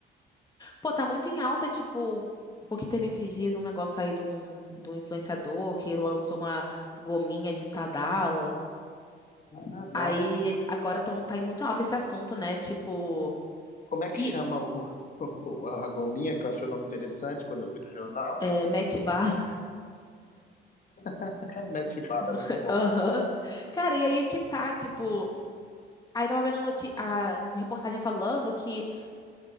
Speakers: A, on the left; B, on the left.
A: pô, tá muito em alta, tipo, porque teve esses dias um negócio aí de um, de um influenciador que lançou uma gominha de Tadala.
B: Ah,
A: Aí
B: nossa.
A: agora tão, tá em muito alta esse assunto, né? Tipo,
B: Como é que
A: e
B: chama o, <laughs> o- a gominha, que eu achei o nome interessante quando eu vi no jornal?
A: é, mete bala.
B: <laughs> Mete bala, é
A: <laughs>
B: muito bom.
A: Aham. Cara, e aí que tá, tipo. Aí tava vendo a, noti- a reportagem falando que